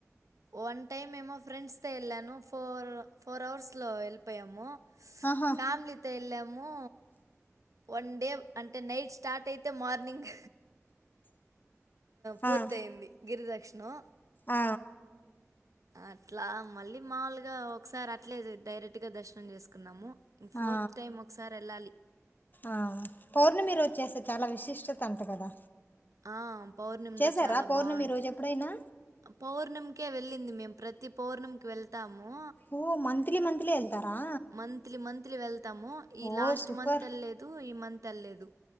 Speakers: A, on the right (about 80°); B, on the left (about 35°).
A: వన్ టైమ్ ఏమో ఫ్రెండ్స్ తొ వెళ్ళాను ఫోర్ ఫోర్ అవర్స్ లో వెళ్ళిపోయాము
B: ఆహా
A: ఫేమిలీతో ఎళ్ళము వన్ డే అంటే నైట్ స్టార్ట్ అయితే మార్నింగ్ పూర్తయింది
B: ఆ
A: గిరిదక్షిను
B: ఆ
A: అట్లా మళ్ళీ మాముూలుగా ఒకసారి అట్లే డైరెక్ట్ గా దర్శనం చేసుకున్నాము ఫోర్త్
B: ఆ
A: టైమ్ ఒకసారి వెళ్ళాలి
B: ఆ పౌర్ణమి రోజు చేస్తే చాలా విశిష్టత అంట కదా
A: ఆ పౌర్ణమిలో
B: చేశారా
A: చాలా
B: పౌర్ణమి
A: బాగుంటుంది
B: రోజు ఎప్పుడైనా
A: పౌర్ణమికే వెళ్ళింది మేము ప్రతి పౌర్ణమికి వెళ్తాము
B: ఓ మంత్లీ మంత్లీ వెళ్తారా
A: మంత్లీ మంత్లీ వెళ్తాము ఈ
B: ఓ
A: లాస్ట్
B: సూపర్
A: మంత్ వెళ్లేదు ఈ మంత్ వెళ్లేదు